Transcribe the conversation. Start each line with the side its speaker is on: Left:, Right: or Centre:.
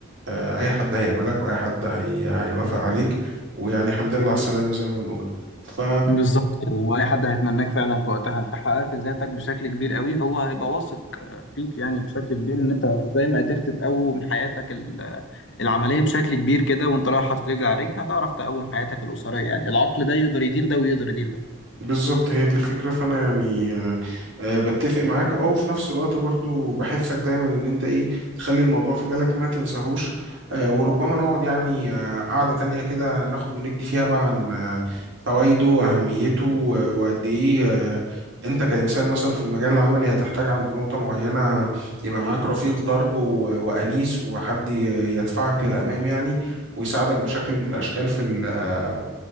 Right: آه، أي حد هيقبلك وأي حد هي... هيوافق عليك ويعني الحمد لله على السلامة زي ما بنقول ف
Left: بالظبط كده هو اي حد هيتمناك فعلا في وقتها انت حققت ذاتك بشكل كبير قوي هو هيبقى واثق آه، فيك يعني بشكل كبير ان انت زي ما قدرت تقوم حياتك ال- العمليه بشكل كبير كده وانت رايح حاطط رجل على رجل هتعرف تقوم حياتك الاسريه يعني العقل ده يقدر يدير ده ويقدر يدير ده
Right: بالظبط هي دي الفكرة فأنا يعني آه، آه، بتفق معاك اه وفي نفس الوقت برضو بحثك دايما إن أنت إيه تخلي الموضوع في بالك ما تنساهوش آه، وربما نقعد يعني آه، قعدة تانية كده ناخد وندي فيها بقى عن آه، فوائده وأهميته و- وقد إيه آه، أنت كإنسان مثلا في المجال العملي هتحتاج عند نقطة معينة يبقى معاك رفيق درب و- وأنيس وحد ي- يدفعك للأمام يعني ويساعدك بشكل من الأشكال في ال- آه،